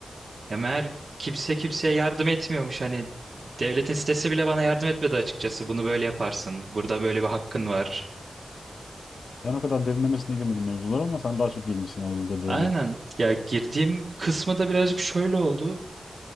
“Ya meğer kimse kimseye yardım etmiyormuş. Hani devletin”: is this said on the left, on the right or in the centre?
Right